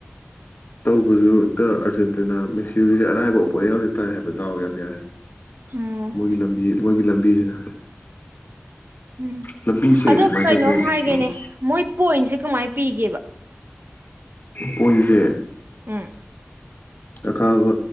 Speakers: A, on the left; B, on the right.
A: ꯇꯧꯕꯁꯨ ꯍꯦꯛꯇ ꯑꯔꯖꯦꯟꯇꯤꯅꯥ ꯃꯦꯁꯤ ꯗꯣꯢꯒꯤꯁꯦ ꯑꯔꯥꯏꯕ ꯑꯣꯄꯣꯅꯦꯟ ꯉꯥꯛꯇ ꯇꯥꯏ ꯍꯥꯏꯕ ꯗꯥꯎꯒ ꯌꯥꯝ ꯌꯥꯏ ꯍꯥꯏꯕ
B: ꯎꯝ
A: ꯃꯣꯏꯒꯤ ꯂꯝꯕꯤ ꯃꯣꯏꯒꯤ ꯂꯝꯕꯤꯁꯤꯅ
B: ꯎꯝ
A: ꯂꯝꯕꯤꯁꯦ
B: ꯑꯗꯣ
A: ꯁꯨꯃꯥꯏꯅ
B: ꯀꯩꯅꯣꯝ
A: ꯆꯠꯇꯣꯏꯅꯦ
B: ꯍꯥꯏꯒꯦꯅꯦ
A: ꯎꯝ
B: ꯃꯣꯏ ꯄꯣꯏꯟꯁꯦ ꯀꯃꯥꯏꯅ ꯄꯤꯒꯦꯕ
A: ꯄꯣꯢꯟꯁꯦ
B: ꯎꯝ
A: ꯑꯀꯥꯕ